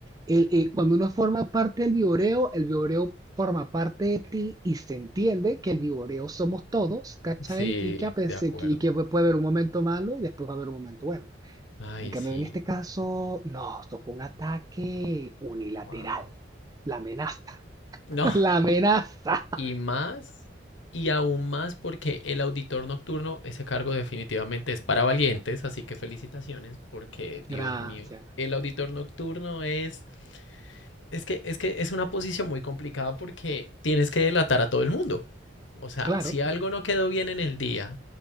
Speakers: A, on the right; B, on the left.
A: el- eh, cuando uno forma parte del viboreo, el viboreo forma parte de ti y se entiende que el viboreo somos todos, ¿cachai?
B: Sí,
A: Y que, a pesar,
B: de acuerdo.
A: y que puede haber un momento malo y después va a haber un momento bueno.
B: Ay,
A: En cambio,
B: sí.
A: en este caso, no, esto fue un ataque unilateral.
B: Wow.
A: La amenaza,
B: No,
A: <laughs> la amenaza.
B: Y más, y aún más porque el auditor nocturno, ese cargo definitivamente es para valientes, así que felicitaciones porque, Dios
A: Gracias.
B: mío, el auditor nocturno es es que, es que es una posición muy complicada porque tienes que delatar a todo el mundo. O sea,
A: Claro.
B: si algo no quedó bien en el día,